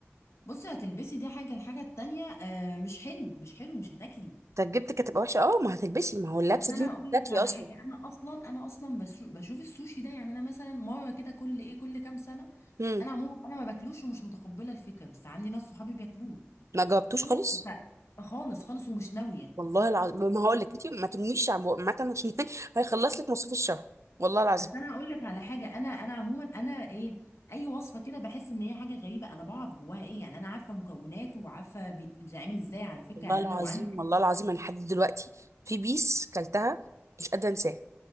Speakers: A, on the left (about 70°); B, on the right (about 80°).
A: بصي هتلبسي دي حاجة الحاجة التانية آه مش حلو مش حلو مش هتاكلي
B: تجربتك هتبقى وحشه اه ما هتلبسي ما هو اللبسه
A: بس انا
B: دي
A: هقول
B: بتاكلي
A: لك على
B: اصلا
A: حاجة انا اصلا انا اصلا بشو- بشوف السوشي ده يعني انا مثلا مرة كده كل ايه كل كام سنة
B: امم
A: انا عموما انا ما باكلوش ومش متقبلة الفكرة بس عندي ناس صحابي بياكلوه
B: ما جاوبتوش
A: فانا
B: خالص
A: ف- خالص خالص ومش ناوية
B: والله العظيم ما هقول لك انت ما تمنيش عم- عامه عشان <laughs> هيخلص لك مصروف الشهر والله العظيم
A: بس انا هقول لك على حاجة انا انا عموما انا ايه اي وصفة كده بحس ان هي حاجة غريبة انا بعرف جواها ايه يعني انا عارفة مكوناته وعارفة بيت- بيتعمل ازاي على فكرة
B: والله
A: يعني
B: العظيم
A: انا لو عندك
B: والله العظيم انا لحد دلوقتي في بيس كلتها مش قادره انساها